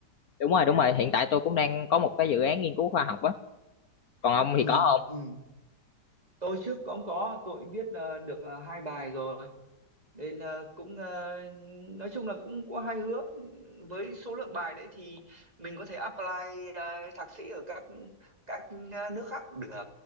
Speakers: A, on the left; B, on the right.
A: Đúng rồi, đúng rồi, hiện tại tôi cũng đang có một cái dự án nghiên cứu khoa học á. Còn ông
B: ừ
A: thì có không?
B: ừ tôi trước cũng có tôi cũng viết ờ, được ờ, hai bài rồi nên ờ, cũng ờ, nói chung là cũng có hai hướng với số lượng bài đấy thì mình có thể apply ờ, thạc sĩ ở các các ờ, nước khác cũng được